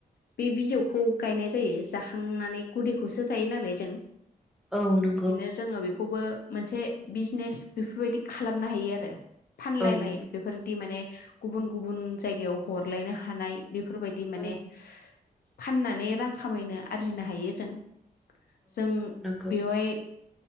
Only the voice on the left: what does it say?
बे बिजौखौ गायनाय जायो जाखांनानै गुदि खौसो जायो नालाय जों
बिदिनो जोङो बे खौबो मोनसे बिजनेस बेफोरबायदि खालामनो हायो आरो फानलायनाय
बेफोरदि माने गुबुन गुबुन जायगायाव हरलायनो हानाय बेफोरबायदि माने
फाननानै रां खामायनो आरजिनो हायो जों जों
बेवहाय